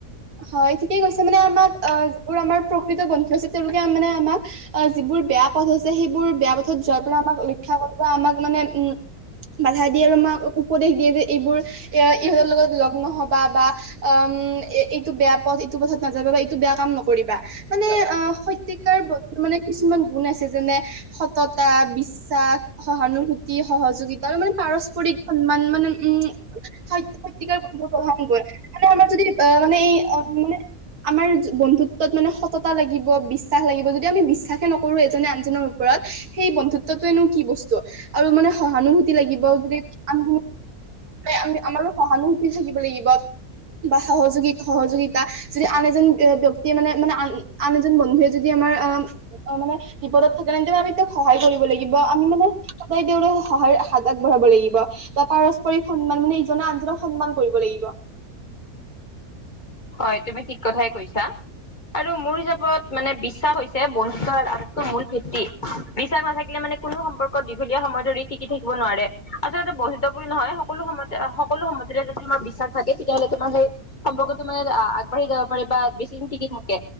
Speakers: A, on the right (about 80°); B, on the left (about 35°).
A: হয়, ঠিকেই কৈছে মানে আমাক অঁ যিবোৰ আমাৰ প্ৰকৃত বন্ধু আছে তেওঁলোকে মানে আমাক- অঁ, যিবোৰ বেয়া পথ হৈছে সেইবোৰ বেয়া পথত যোৱাৰ পৰা আমাক ৰক্ষা কৰিব বা আমাক মানে উম, - বাধা দিয়ে আৰু আমাক উপদেশ দিয়ে যে এইবোৰ- এ ইহঁতৰ লগত লগ নহবা বা আম এ- এইটো বেয়া পথ, ইটো পথত নাযাবা বা এইটো বেয়া কাম নকৰিবা। মানে- আ সত্যতাৰ কিছুমান গুণ আছে যেনে সততা, বিশ্বাস, - সহানুভূতি, সহযোগিতা আৰু মানে পাৰস্পৰিক সন্মান। মানে উম, - <unintelligible> গ্ৰহন কৰে মানে আমাৰ যদি আহ মানে এই মানে- আমাৰ বন্ধুত্বত মানে সততা লাগিব, বিশ্বাস লাগিব। যদি আমি বিশ্বাসে নকৰো এজনে আনজনৰ ওপৰত- সেই বন্ধুত্বটোেনো কি বস্তু! আৰু মানে সহানুভূতি লাগিব যে- আম আমি আমাৰো সহানুভতি থাকিব লাগিব বা সহযোগিতা। সহযোগিতা। যদি আন এজন ব্যক্তিয়ে মানে মানে আন আন এজন বন্ধুৱে যদি আমাৰ আহ- অঁ, মানে বিপদত থাকে ন, তেতিয়া আমি তেওঁক সহায় কৰিব লাগিব বা আমি মানে- সদায় তেওঁৰে সহায়ৰ হাত আগবঢ়াব লাগিব। বা পাৰস্পৰিক সন্মান মানে ইজনে আনজনক সন্মান কৰিব লাগিব।
B: হয়, তুমি ঠিক কথাই কৈছা। আৰু মোৰ হিচাপত মানে বিশ্বাস হৈছে বন্ধুতাৰ আটাইতকৈ মূল ভিত্তি। বিশ্বাস নাথাকিলে মানে- কোনো সম্পৰ্ক দীঘলীয়া সময় ধৰি টিকি থাকিব নোৱাৰে। আচলতে বন্ধুত বুলি নহয় সকলো সময়ত- সকলো সম্পৰ্ক যদি তোমাৰ বিশ্বাস থাকে, তেতিয়া হ'লে তোমাৰ সেই সম্পৰ্ক- মানে আগবাঢ়ি যাব পাৰে বা বেছি দিন টিকি থাকে।